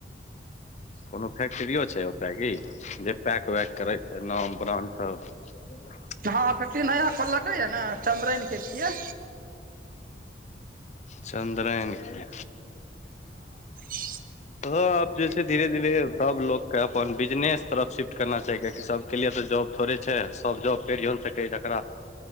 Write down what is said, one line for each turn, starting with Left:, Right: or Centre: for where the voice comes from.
Left: कोनो फैक्ट्रियो छै ओतय की जे पैक वैक करैत छै नाम ब्राण्ड सब <unintelligible>
Right: हँ फैक्ट्री नया खोललकै य न चन्द्रेन के छियै
Left: चन्द्रेन के
Right: ह
Left: ह आब जे छै धीरे धीरे सबलोग के अपन बिजनेस तरफ शिफ्ट करना चाही कियाकि सब के लिए त जॉब थोड़े छै सब जॉब करियो ने त जकरा